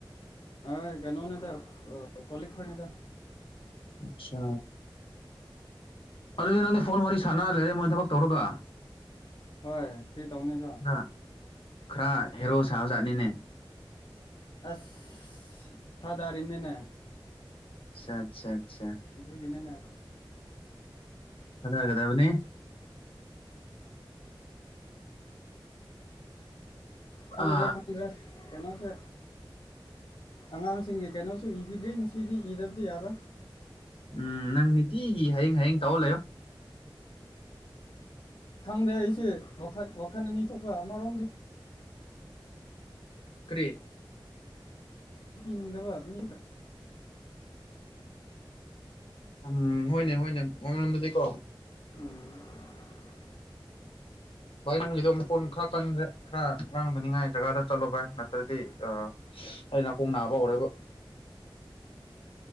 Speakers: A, on the left (about 60°); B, on the left (about 85°).
A: ꯑ ꯀꯩꯅꯣꯅꯤꯗ ꯑ ꯀꯜꯛ ꯈꯅꯦꯗ
B: ꯑꯆꯥ ꯑꯗꯨꯗꯤ ꯅꯪꯗꯤ ꯐꯣꯟ ꯋꯥꯔꯤ ꯁꯥꯟꯅꯔ ꯂꯩꯔꯦ ꯃꯣꯏꯅ ꯊꯕꯛ ꯇꯧꯔꯒ
A: ꯍꯣꯏ ꯀꯔꯤ ꯇꯧꯅꯤ ꯑꯗꯣ
B: ꯈ ꯈꯔ ꯍꯦꯔꯣ ꯁꯥꯕꯖꯥꯠꯅꯤꯅꯦ
A: ꯑꯁ ꯊꯥꯗꯥꯔꯤꯝꯅꯤꯅꯦ
B: ꯑꯆꯥ ꯑꯆꯥ ꯑꯆꯥ
A: ꯑꯗꯨꯒꯤ ꯅꯪꯅ
B: ꯑꯗ ꯍꯥꯏꯒꯗꯕꯅꯤ
A: ꯈꯪꯗ꯭ꯔꯦ
B: ꯑ
A: ꯈꯪꯗ꯭ꯔꯦ ꯀꯩꯅꯣꯁꯦ ꯑꯉꯥꯡꯁꯤꯡꯒꯤ ꯀꯩꯅꯣꯁꯨ ꯏꯕꯤꯗ꯭ꯔꯤ ꯉꯁꯤꯗꯤ ꯏꯗꯕꯗꯤ ꯌꯥꯔꯣꯏ
B: ꯎꯝ ꯅꯪ ꯅꯤꯇꯤꯒꯤ ꯍꯌꯦꯡ ꯍꯌꯦꯡ ꯇꯧꯔ ꯂꯩꯌꯣ
A: ꯈꯪꯗꯦ ꯑꯩꯁꯦ ꯋꯥꯈꯜ ꯋꯥꯈꯜ ꯑꯅꯤ ꯊꯣꯛꯄ ꯑꯃꯔꯣꯝꯗꯤ
B: ꯀ꯭ꯔꯤ
A: ꯄꯤꯅꯤꯡꯗꯕ ꯃꯤ
B: ꯎꯝ ꯍꯣꯏꯅꯦ ꯍꯣꯏꯅꯦ ꯃꯜꯂꯝꯗꯗꯤꯀꯣ
A: ꯎꯝ
B: ꯚꯥꯏ ꯅꯪꯒꯤꯗꯣ ꯃꯈꯣꯟ ꯈꯔ ꯀꯟꯈ꯭ꯔꯦ ꯈꯔ ꯉꯔꯥꯡꯊꯅꯤꯉꯥꯏ ꯖꯒꯥꯗ ꯆꯠꯂꯣ ꯚꯥꯏ ꯅꯠꯇ꯭ꯔꯗꯤ ꯑ ꯑꯩ ꯅꯥꯀꯣꯡ ꯅꯥꯕ ꯍꯧꯔꯦꯕꯣ